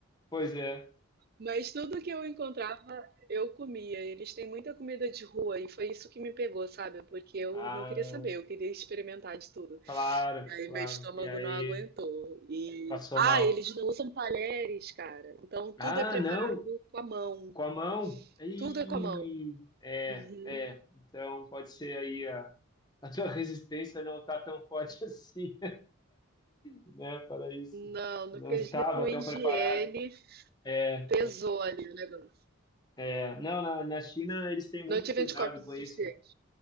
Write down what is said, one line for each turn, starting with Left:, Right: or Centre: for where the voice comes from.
Left: Pois é.
Right: Mas tudo que eu encontrava, eu comia. Eles têm muita comida de rua e foi isso que me pegou, sabe? Porque eu
Left: Ah,
Right: não queria saber, eu queria experimentar de tudo.
Left: claro,
Right: E aí
Left: claro.
Right: meu estômago
Left: E aí
Right: não aguentou. E
Left: passou
Right: ah,
Left: mal.
Right: eles não usam talheres, cara. Então tudo
Left: Ah,
Right: é preparado
Left: não,
Right: com a mão.
Left: com a mão. Ih,
Right: Tudo é com a mão.
Left: é,
Right: Uhum.
Left: é. Então pode ser aí a, a tua resistência não está tão forte <laughs> assim, né, para isso.
Right: Não,
Left: Não
Right: no quesito
Left: estava
Right: higiene,
Left: tão preparado. É,
Right: pesou ali o negócio.
Left: é. não, na, na China eles têm muito
Right: Não tive
Left: cuidado
Right: anticorpos
Left: com
Right: o suficiente.
Left: isso.